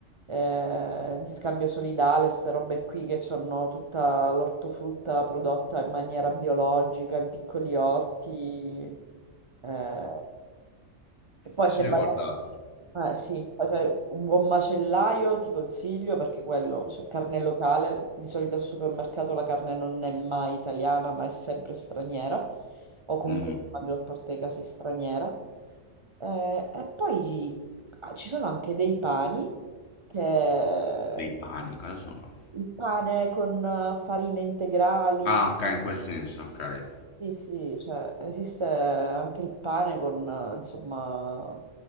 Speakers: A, on the right; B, on the left.
A: eh, di scambio solidale, queste robe qui che hanno tutta l'ortofrutta prodotta in maniera biologica, in piccoli orti. Eh, e poi
B: Sì,
A: se vai...
B: guarda.
A: Eh, sì, poi se- un buon macellaio ti consiglio perché quello, cioè carne locale, di solito al supermercato la carne non è mai italiana, ma è sempre straniera, o comunque
B: Mhm.
A: nella maggior parte dei casi straniera. Eh, e poi ah, ci sono anche dei pani che
B: Dei pani, cosa sono?
A: il pane con eh, farine integrali.
B: Ah, ok, in quel senso, ok.
A: Sì, sì, cioè esiste anche il pane con, eh, insomma,